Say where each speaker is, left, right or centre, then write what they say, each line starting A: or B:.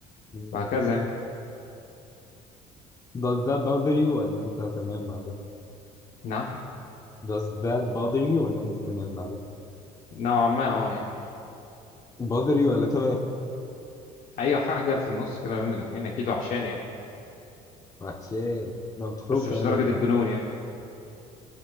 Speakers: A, on the left; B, on the left.
A: مم.
B: وهكذا يعني
A: Does that bother you ولا انت تمام مع ده؟
B: نعم
A: Does that bother you ولا انت تمام مع ده؟
B: نوعا ما أه يعني
A: bother you ولا تمام؟
B: أي حاجة في النص كده بين الاتنين أكيد وحشاني يعني
A: وحشات لما بتخرجوا
B: بس
A: بتعملوا
B: مش درجة
A: ايه بقى؟
B: الجنون يعني